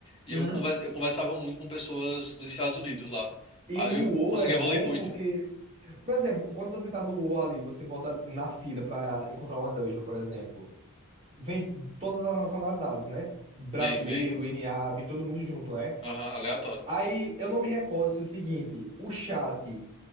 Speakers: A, on the left (about 25°); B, on the right (about 25°).
A: E
B: Uhum.
A: eu, conver- eu conversava muito com pessoas dos Estados Unidos lá.
B: E
A: Aí
B: no
A: eu
B: WoW
A: consegui
B: é bom
A: evoluir muito.
B: porque, por exemplo, quando você tá no WoW ali, você bota na fila pra encontrar uma dungeon, por exemplo. vem todas as nacionalidades, né? Brasileiro,
A: Vem, vem.
B: NA, vem todo mundo junto, né?
A: Aham, aleatório.
B: Aí eu não me recordo se é o seguinte, o chat